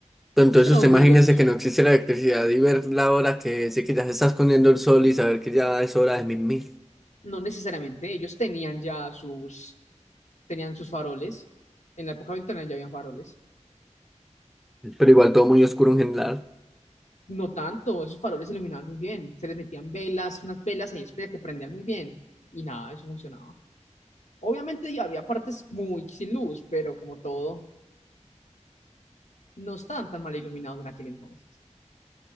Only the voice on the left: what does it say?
No tenemos
muy lejos.
No necesariamente, ellos tenían ya sus, tenían sus faroles. En la época victoriana ya habían faroles.
No tanto, esos faroles se iluminaban muy bien. Se les metían velas, unas velas ahí espera que prendían muy bien. Y nada, eso funcionaba. Obviamente ya había partes muy sin luz, pero como todo, no estaban tan mal iluminados en aquel entonces.